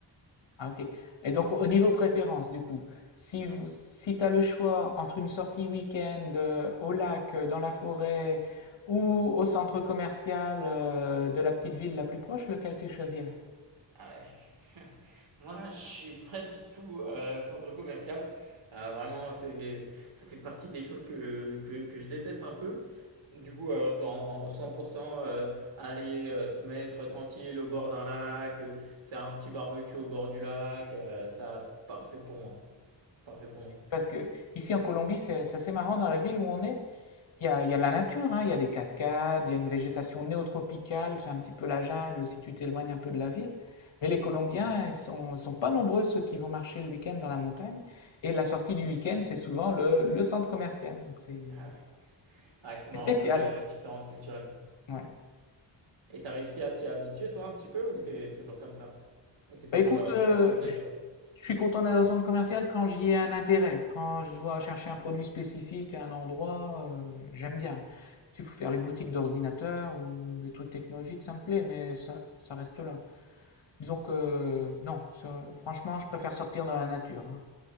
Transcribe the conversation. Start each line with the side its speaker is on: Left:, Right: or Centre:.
Left: Ah ok. Et donc au niveau préférence, du coup, si vous, si t'as le choix entre une sortie week-end euh, au lac, euh, dans la forêt, ou au centre commercial euh, de la petite ville la plus proche, lequel tu choisirais?
Right: Ah ouais. <laughs> Moi, je suis pas du tout euh, centre commercial. Euh, vraiment, c'est, ça fait partie des choses que, que, que je déteste un peu. Du coup, euh, dans 100%, euh, aller euh, se mettre tranquille au bord d'un lac, euh, faire un petit barbecue au bord du lac, euh, ça, parfait pour moi. Parfait pour moi.
Left: Parce que ici en Colombie, c'est c'est assez marrant dans la ville où on est. Il y a, il y a la nature, hein, il y a des cascades, il y a une végétation néotropicale, c'est un petit peu la jungle si tu t'éloignes un peu de la ville. Mais les Colombiens, ils sont, sont pas nombreux ceux qui vont marcher le week-end dans la montagne. Et la sortie du week-end, c'est souvent le, le centre commercial. Donc c'est c'est
Right: Ah ouais. Ah, c'est marrant
Left: Ouais. spécial.
Right: comme euh, différence culturelle.
Left: Ouais.
Right: Et t'as réussi à t'y habituer, toi, un petit peu, ou t'es toujours comme ça? Ou t'es toujours
Left: Bah écoute,
Right: euh,
Left: euh,
Right: nature?
Left: je je suis content d'aller au centre commercial quand j'y ai un intérêt. Quand je dois chercher un produit spécifique à un endroit, euh, j'aime bien. Tu faut faire les boutiques d'ordinateurs ou des trucs technologiques, ça me plaît, mais ça, ça reste là. Disons que euh, non, ça- franchement, je préfère sortir dans la nature. hein.